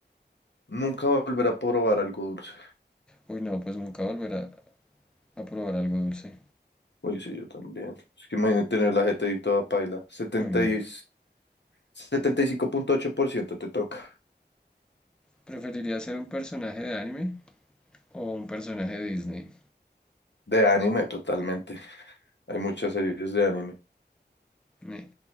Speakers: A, on the left (about 75°); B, in the centre.
A: Nunca volver a probar algo dulce.
B: Uy, no, pues nunca volverá a probar algo dulce.
A: Oye, sí, yo también. Es que imagínate tener la jeta ahí toda paila. Setenta
B: Uy, no.
A: y- setenta y cinco punto ocho por ciento te toca.
B: ¿Preferiría ser un personaje de anime o un personaje de Disney?
A: De anime, totalmente. Hay muchas series de anime.
B: Ne.